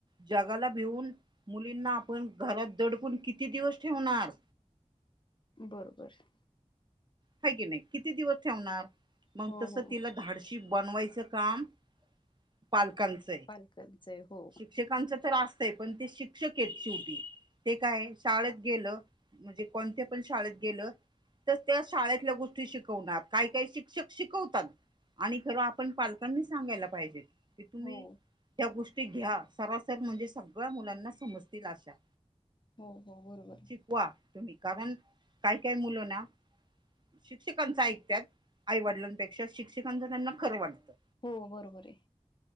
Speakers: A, on the right; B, on the left.
A: जगांला भेऊन मुलींना आपणं घरांत दडकूंन किती दिवसं ठेवणारं.
B: बरोबरं.
A: कां की नाहीं किती दिवसं ठेवणारं मंग
B: हो
A: तसं
B: हो
A: तिलां धांडस. बनवायचं कामं पालकांनी चं.
B: पालक जायं हो.
A: शिक्षकांच तरं असतंय पणं ते शिक्षक आहेतेत शेवटी ते कायं शाळेंत गेलो. म्हणजे कोणत्यां पणं शाळेत गेलं तरं त्यां शाळेतल्यां गोष्टी शिकवणांर कायं कांहीं शिक्षक. शिकवतांत आणि खरं आपणं पालकांनी सांगायला पाहिजे की तुम्हीं.
B: हो
A: त्यां गोष्टी घ्यां सरांसर म्हणजे सगळ्यां मुलांना समजतील आशां.
B: हो हो बरोबर आहे.
A: वां रिकांम्या तुम्हीं कारणं कांहीं काय मुलं नां. शिक्षकांच ऐकत्यांत आईवडिलांपेक्षा शिक्षकांच त्यांना खरं वाटतं.
B: हो बरोबर आहे.